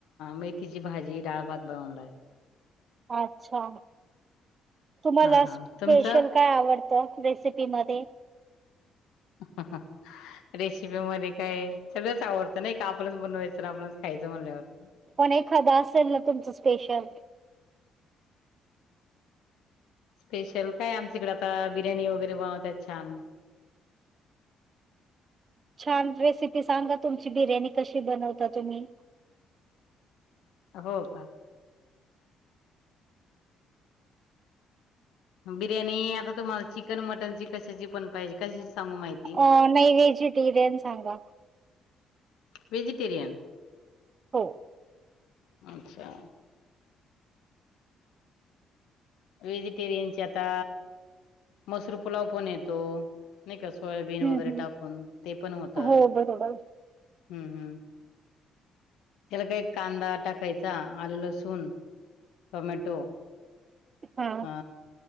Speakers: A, on the left; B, on the right.
A: मेथीची, भाजी डाळ, भात बनवलाय,
B: अच्छा, तुम्हालापेशल
A: हा हा तुमचं
B: काय आवडतं रेसिपी मध्ये,
A: <unintelligible> रेसिपी मध्ये काय सगळ्याच आवडतं नाही, का आपणच बनवायचं ना आपणच खायचं म्हणल्यावरतं.
B: पण एखादां असेल ना तुमचं स्पेशल,
A: स्पेशल काय आमच्या इकडे, आता बिर्याणी वगैरे बनवतात छान.
B: छान रेसिपी सांगा तुमची, बिर्याणी कशी बनवता तुम्ही,
A: हो का, बिर्याणी आता तुम्हाला चिकन मटनची कशाची पण पाहिजे कशाची सांगू माहिती
B: अ नाही व्हेजिटेरियन सांगा
A: वेजिटेरियन
B: हो
A: अच्छा व्हेजिटेरियनचे आता मसरू पुलाव पण येतो नाही का सोयाबीन
B: हम्म
A: वगैरे
B: हम्म.
A: टाकून ते पण होतं
B: हो बरोबर
A: हम्म हम्म त्याला काही कांदा टाकायचा आलं लसूण टमॅटो
B: हा
A: अ